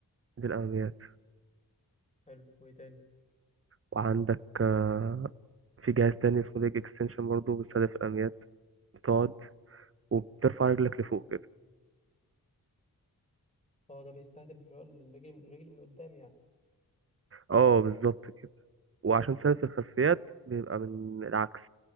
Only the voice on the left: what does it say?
حلو وايه تاني
اه ده بيستهدف بقى الرجل الرجل من قدام يعني